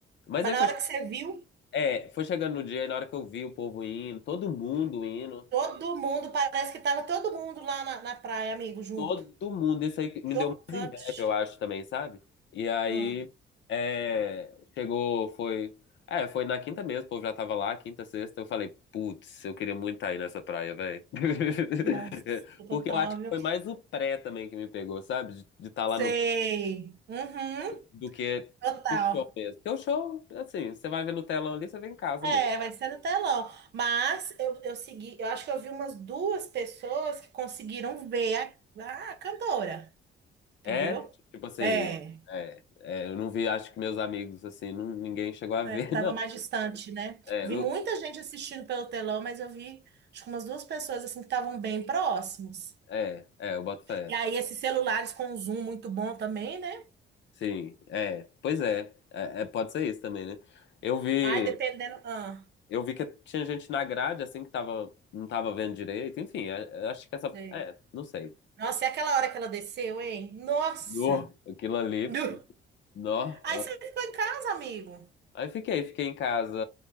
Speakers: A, on the left (about 65°); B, on the right (about 60°).
A: Mas
B: Mas
A: aí
B: na
A: foi,
B: hora que você viu,
A: é, foi chegando no dia, e na hora que eu vi o povo indo, todo mundo indo,
B: todo mundo, parece que tava todo mundo lá na, na praia, amigo, junto.
A: todo mundo, isso aí que
B: Chocante.
A: me deu eu acho também, sabe? E aí
B: Hum.
A: é, chegou, foi. É, foi na quinta mesmo, o povo já tava lá, quinta, sexta. Eu falei, putz, eu queria muito estar aí nessa praia, velho. <laughs>
B: Nossa, total,
A: Porque eu acho que
B: viu?
A: foi mais o pré também que me pegou, sabe? De estar lá
B: Sei.
A: no.
B: Uhum.
A: do que
B: Total.
A: o show mesmo. Porque o show, assim, você vai ver no telão ali, você vê em casa
B: É,
A: mesmo.
B: vai ser no telão. Mas eu, eu segui, eu acho que eu vi umas duas pessoas que conseguiram ver a, a cantora, entendeu?
A: É, tipo assim.
B: É,
A: É, é, eu não vi, acho que meus amigos, assim, não, ninguém chegou a ver,
B: é, tava
A: <laughs> não.
B: mais distante, né?
A: É,
B: Vi
A: eu-
B: muita gente assistindo pelo telão, mas eu vi acho que umas duas pessoas assim que estavam bem próximos.
A: é, é, eu boto fé.
B: E aí esses celulares com um zoom muito bom também, né?
A: Sim, é, pois é, é, é, pode ser isso também, né? Eu vi,
B: Ai, dependendo. Ah,
A: eu vi que tinha gente na grade assim que tava, não tava vendo direito, enfim, é, é, acho que essa,
B: sei.
A: é, não sei.
B: Nossa, e aquela hora que ela desceu, hein? Nossa!
A: No, aquilo ali,
B: <laughs> Nu.
A: nó.
B: Aí
A: ó.
B: você ficou em casa, amigo.
A: Aí fiquei, fiquei em casa